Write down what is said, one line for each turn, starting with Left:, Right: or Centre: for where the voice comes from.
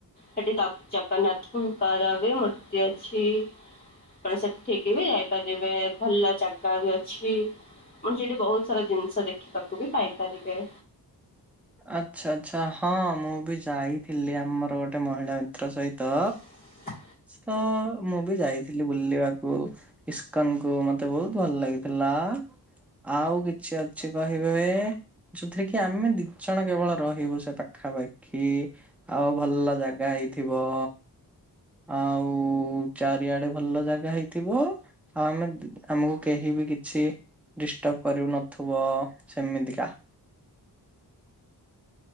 Left: ହେଟି ତ ଜଗନ୍ନାଥ ଙ୍କର ବି ମୂର୍ତ୍ତି ଅଛି। ଆପଣ ସେଠିକିବି ଯାଇପାରିବେ ଭଲ ଜାଗା ବି ଅଛି। <unintelligible> ସେଠି ବୋହୁତ ସାରା ଜିନିଷ ଦେଖିବାକୁ ବି ପାଇପାରିବେ।
Centre: ଆଚ୍ଛା ଆଚ୍ଛା ହଁ ମୁଁ ବି ଯାଇଥିଲି ଆମର ଗୋଟେ ମହିଳା ମିତ୍ର ସହିତ।
Left: <inaudible>
Centre: ତ ମୁଁ ବି ଯାଇଥିଲି ବୁଲିବାକୁ। ଇସ୍କନ୍ କୁ ମତେ ବୋହୁତ ଭଲ ଲାଗିଥିଲା। ଆଉ କିଛି ଅଛି କହିବେ ଯୋଉଥିରେ କି ଆମେ ଦି ଜଣ କେବଳ ରହିବୁ ସେ ପାଖାପାଖି। ଆଉ ଭଲ ଜାଗା ହେଇଥିବ। ଆଉ ଚାରିଆଡେ ଭଲ ଜାଗା ହେଇଥିବ। ଆଉ ଆମେ ଆମୁକୁ କେହି ବି କିଛି ଡିଷ୍ଟର୍ବ କରିବୁ ନଥୁବ ସେମିତିକା।